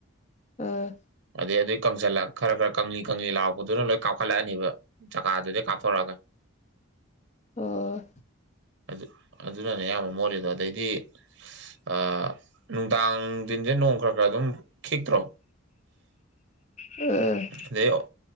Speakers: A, on the left (about 35°); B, on the right (about 55°).
A: ꯎꯝ
B: ꯑꯗꯩ ꯑꯗꯨꯒꯤ ꯀꯪꯁꯤꯜꯂ ꯈꯔ ꯈꯔ ꯀꯪꯂꯤ ꯀꯪꯂꯤ ꯂꯥꯎꯔꯛꯄꯗꯨꯅ ꯂꯣꯏ ꯀꯥꯞꯈꯠꯂꯛꯑꯅꯦꯕ ꯆꯥꯛꯀꯥꯗꯨꯗꯩ ꯀꯥꯞꯊꯣꯔꯛꯑꯒ
A: ꯎꯝ
B: ꯑꯗꯨ ꯑꯗꯨꯅꯅꯦ ꯑꯌꯥꯝꯕ ꯃꯣꯠꯂꯤꯗꯣ ꯑꯗꯩꯗꯤ ꯑ ꯅꯨꯡꯗꯥꯡꯁꯤꯡꯁꯦ ꯅꯣꯡ ꯈꯔ ꯈꯔ ꯑꯗꯨꯝ ꯈꯤꯛꯇ꯭ꯔꯣ
A: ꯎꯝ
B: ꯑꯗꯩ